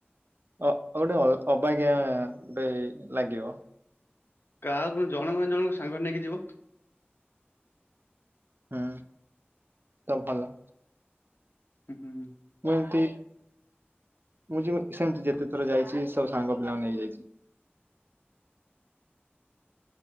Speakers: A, on the right; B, on the left.
A: ଅଉ ଗୋଟେ ଅଗ ଅବାଗିଆ ଗୋଟେ ଲାଗିବ
B: କାହାକୁ ଜଣଙ୍କ ଜଣଙ୍କ ସାଙ୍ଗରେ ନେଇକି ଯିବ
A: ହୁଁ ତ ଭଲ
B: ଉ ହୁ
A: ମୁଁ ଏମତି ମୁଁ ଯ ସେମତି ଯେତେ ଥର ଯାଇଛି ସବୁ ସାଙ୍ଗ ପିଲାଙ୍କୁ ନେଇଯାଇଛି।